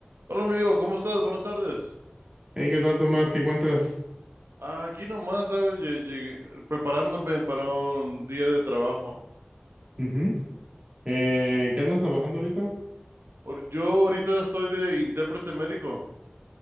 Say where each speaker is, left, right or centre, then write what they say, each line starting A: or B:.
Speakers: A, on the right; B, on the right.
A: Hola amigo, ¿cómo estás? Buenas tardes.
B: Hey, ¿qué tal, Tomás? ¿Qué cuentas?
A: Ah, Aquí nomás, ¿sabes? Lle- Llegué, preparándome para un día de trabajo.
B: Ujú. Eh, ¿qué andas trabajando ahorita?
A: Or- Yo ahorita estoy de intérprete médico.